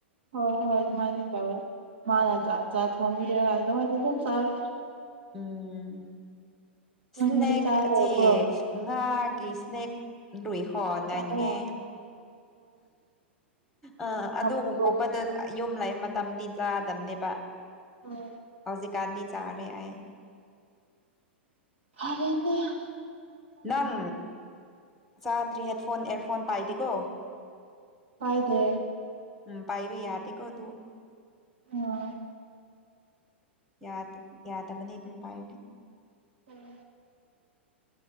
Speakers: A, on the right; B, in the centre.
A: ꯍꯣꯏ ꯍꯣꯏ ꯑꯗꯨꯃꯥꯏꯟꯗꯤ ꯇꯧꯋꯔ ꯃꯥꯅ ꯖꯥꯠ ꯖꯥꯠ ꯊꯧꯡꯕꯤꯔꯒ ꯅꯣꯏꯗꯤ ꯑꯗꯨꯝ ꯆꯥꯕꯅꯦ꯫
B: ꯎꯝ
A: ꯅꯪꯗꯤ
B: ꯁꯅꯦꯛ
A: ꯆꯥꯔꯕ꯭ꯔꯣ
B: ꯑꯆꯤ ꯉꯥꯒꯤ ꯁꯅꯦꯛ ꯔꯨꯏꯍꫭ <unintelligible> ꯅꯥꯅꯤꯡꯉꯦ
A: ꯍꯥꯞꯄ꯭ꯔꯣ
B: ꯑ ꯑꯗꯨꯒꯨꯝꯒꯨꯝꯕꯗ
A: ꯍꯥꯞꯄ꯭ꯔꯣ
B: ꯌꯨꯝ ꯂꯩꯕ ꯃꯇꯝꯗꯤ ꯆꯥꯗꯕꯅꯦꯕ
A: ꯎꯝ
B: ꯍꯧꯖꯤꯛ ꯀꯥꯟꯗꯤ ꯆꯥꯔꯦ ꯑꯩ
A: ꯐꯔꯦꯅ‌ꯦ
B: ꯅꯪ ꯆꯥꯗ꯭ꯔꯤ ꯍꯦꯠꯐꯣꯟ ꯏꯌꯥꯔꯐꯣꯟ ꯄꯥꯏꯗꯦꯀꯣ
A: ꯄꯥꯏꯗꯦ
B: ꯎꯝ ꯄꯥꯏꯕ ꯌꯥꯗꯦ ꯀꯣ ꯇꯨ
A: ꯑꯥ
B: ꯌꯥꯗ ꯌꯥꯗꯕꯅꯦ ꯑꯗꯨ ꯄꯥꯏꯔꯗꯤ
A: ꯎꯝ